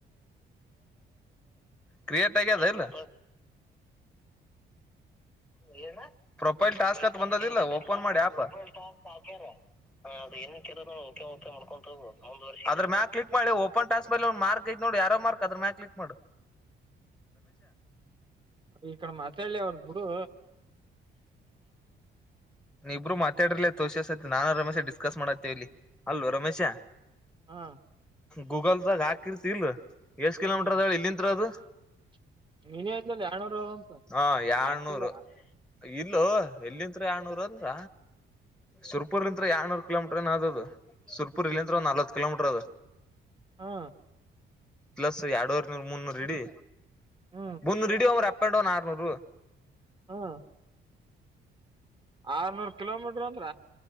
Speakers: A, in the centre; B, on the right.
A: ಕ್ರಿಯಟ್ ಆಗ್ಯಾದೇನು ಹೇ ಪ್ರೊಪೈಲ್ ಟಾಸ್ಕ್ ಹತ್ ಬಂದದಿಲ್ಲ ಫೋನ್ ಮಾಡಿ ಆಪ್ ಹಾಕ್ಯರೆ ಅದು ಏನು ಓಕೆ ಓಕೆ ಮಾಡ್ಕೊಂತ ಹೋಗು ಆದ್ರೂ ಮೇಲೆ ಕ್ಲಿಕ್ ಮಾಡಿ ಓನ್ ಟಾಸ್ಕ್ ಮಾರ್ಕ್ ಐತೋಡಿ ಅರೋ ಮಾರ್ಕ್ ಆದ್ರೂ ಮ್ಯಾಗ್ ಕ್ಲಿಕ್ ಮಾಡಿ
B: ಈ ಕಡೆ ಮಾತಾಡ್ಲೆ ಅವದ್ರು ಬಿಡು
A: ಇಬ್ರು ಮಾತಾಡಿರ್ಲ ತೋಷಸತಿ ನಾನು ರಮೇಶ ಡಿಸ್ಕಸ್ ಮಾಡತ್ತೇವ ಇಲ್ಲಿ ಅಲ್ಲೋ ರಮೇಶ
B: ಹಾ
A: ಗೂಗಲ್ದಾಗ ಹಾಕಿರ್ತಿಲ್ ಎಷ್ಟ ಕಿಲೋಮೀರ್ದಳ
B: ಹ್ಮ್
A: ಇಂತ್ರ ಅದು
B: <unintelligible>
A: ಹಾ ಏಳುನೂರು
B: ಹಾಕಿಲ್ಲ
A: <inaudible> ಇಲ್ಲೋ ಎಲ್ಲಿದ್ರಾ ಏಳುನೂರು ಅಂದ್ರ ಸುರ್ಪುರ್ ಇದ್ರ ಏಳುನೂರು ಕಿಲೋಮೀಟ್ರ ಏನ್ ಅದ ಅದು ಸುರ್ಪುರ್ ಇಲ್ಲಿಂದ ಒಂದ್ ನಲ್ವತ್ ಕಿಲೋಮೀಟರ್ ಅದ
B: ಹಾ
A: ಪ್ಲಸ್ ಎರಡ್ರ್ ನೂರ್ ಮುನ್ನೂರ್ ಇಡಿ
B: ಹ್ಮ್
A: ಬಂದು <unintelligible> ಡೊನ್ ಆರ್ನೂರು
B: ಹಾ ಆರ್ನೂರ್ ಕಿಲೋಮೀಟರ್ ಅಂದ್ರ